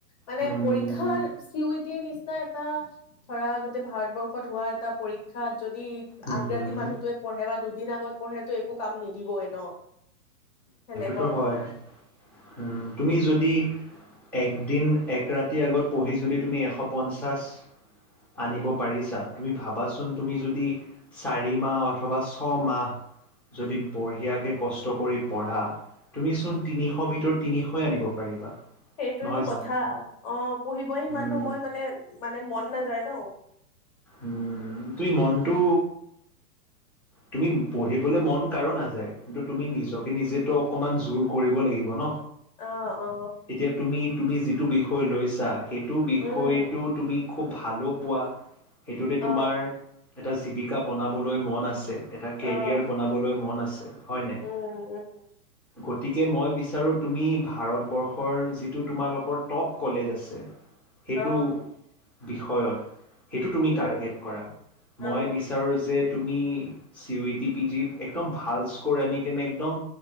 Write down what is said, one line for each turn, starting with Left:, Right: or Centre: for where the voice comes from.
Left: মানে
Right: উম,
Left: পৰীক্ষা চিও টিৰ নিচি এটা ধৰা গোটেই ভাৰতবৰ্ষত হোৱা এটা পৰীক্ষাত যদি
Right: উম,
Left: আগ্ৰাতি মানুহটোৱে পঢ়ে বা দু দুদিনৰ আগত পঢ়েতো একো কাম নিদিবয়ে ন হয় নে?
Right: সেইটো হয়, উম তুমি যদি একদিন এক ৰাতিৰ আগত পঢ়ি যদি তুমি এশ পঞ্চাছ আনিব পাৰিছা, তুমি ভাবাচোন তুমি যদি চাৰি মাহ অথবা ছমাহ যদি বঢ়িয়াকৈ কষ্ট কৰি পঢ়া, তুমিচোন তিনিশ ভিতৰত তিনিশই আনিব পাৰিবা।
Left: সেইটোৱেটো
Right: নহয়
Left: কথা,
Right: জানো
Left: অ পঢ়িবই ইমান
Right: উম
Left: সময় মানে, মানে মন নাযায় ন
Right: উম তুমি মনটো তুমি পঢ়িবলে মন কাৰো নাযায়, কিন্তু তুমি নিজকে নিজেতো অকণমান জোৰ কৰিব লাগিব ন
Left: অহ অ
Right: এতিয়া তুমি তুমি যি যিটো বিষয় লৈছা, সেইটো বিষয়টো
Left: উম
Right: তুমি খুব ভালো পোৱা, সেইটোতে
Left: অ
Right: তোমাৰ এটা যি পিকা বনাবলৈ মন আছে এটা কেৰিয়াৰ
Left: অ
Right: বনাবলৈ মন আছে হয় নাই
Left: উম উম
Right: গতিকে মই বিচাৰোঁ তুমি ভাৰতবৰ্ষৰ যিটো তোমালোকৰ টপ কলেজ আছে সেইটো
Left: অ
Right: বিষয়ত সেইটো তুমি
Left: উম
Right: টাৰ্গেট
Left: উম
Right: কৰা
Left: অ
Right: মই বিচাৰো যে তুমি চিউডিপিজিত একম ভাল স্কৰ আনি কেনে একম